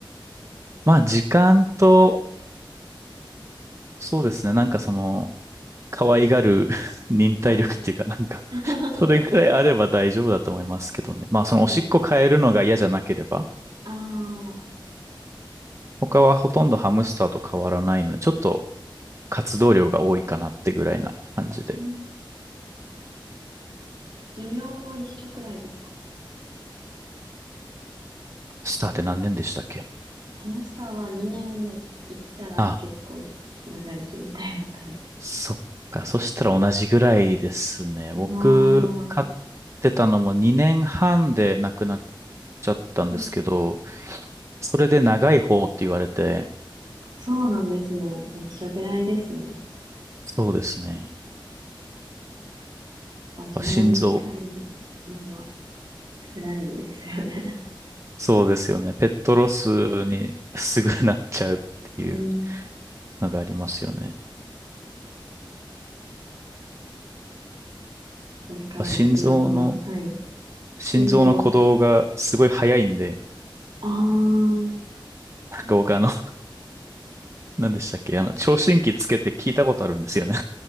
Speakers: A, on the right; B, on the right.
A: まあ、時間と、そうですね。なんかその、可愛がる <laughs> 忍耐力っていうか、
B: <laughs> はい。
A: なんか
B: <laughs>
A: <laughs> それぐらいあれば大丈夫だと思いますけどね。まあ、そのおしっこ変えるのが嫌じゃなければ、
B: そうです。ああ、
A: 他はほとんどハムスターと変わらないので、ちょっと活動量が多いかなってぐらいな感じで。
B: うん。寿命も一緒くらいですか
A: スターって何年でしたっけ
B: ハムスターは2年生きたら結構長生きみたいな感じです。
A: あ、そっか。そしたら同じぐらいですね。
B: ああ、
A: 僕、飼ってたのも2年半で亡くなっちゃったんですけど、
B: うん
A: それで長い方って言われて、
B: そうなんですね。じゃあ一緒くらいですね。
A: そうですね。
B: ぱ寿命短い
A: あ心臓、
B: のは辛いですよね。
A: そうですよね。ペットロスにすぐなっちゃうっていう
B: <laughs> うん、
A: のがありますよね。
B: これからもいろんな、
A: あ心臓の、
B: はい、
A: 心臓の鼓動がすごい早いんで、
B: 心臓の、あー、
A: なんか僕あの、何でしたっけ、あの、聴診器つけて聞いたことあるんですよね。